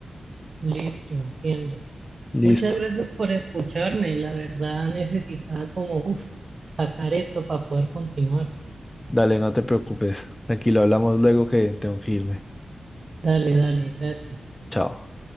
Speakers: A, on the right; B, on the left.
A: Listo, entiendo.
B: Listo.
A: Muchas gracias por escucharme. La verdad necesitaba como uf, sacar esto para poder continuar.
B: Dale, no te preocupes. Tranquilo, hablamos luego que tengo que irme.
A: Dale, dale, gracias.
B: Chao.